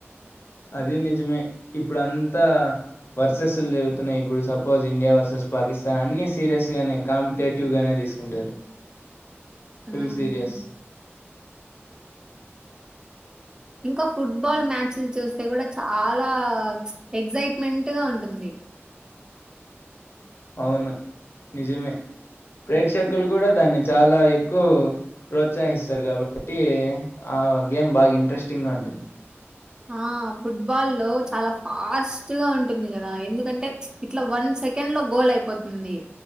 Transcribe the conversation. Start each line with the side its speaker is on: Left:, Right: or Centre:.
Left: అది నిజమే ఇప్పుడు అంతా వర్సస్లు జరుగుతున్నాయి ఇప్పుడు సపోజ్ ఇండియా వర్సెస్ పాకిస్తాన్ అన్ని సీరియస్ గానే కాంపిటేవ్టివ్ తీసుకుంటారు
Right: ఉమ్.
Left: ఫుల్ సీరియస్
Right: ఇంకా ఫుట్బాల్ మ్యాచ్లు చూస్తే కూడా చాలా ఎక్సైట్మెంట్గా ఉంటుంది
Left: అవును నిజమే ప్రేక్షకులు కూడా దాన్ని చాలా ఎక్కువ ప్రోత్సహిస్తారు కాబట్టి ఆ గేమ్ బాగా ఇంట్రెస్టింగ్గా ఉంటుంది
Right: ఆ ఫుట్బాల్ లో చాలా ఫాస్ట్ గా ఉంటుంది కదా ఎందుకంటే ఇట్లా వన్ సెకండ్ లో గోల్ అయిపోతుంది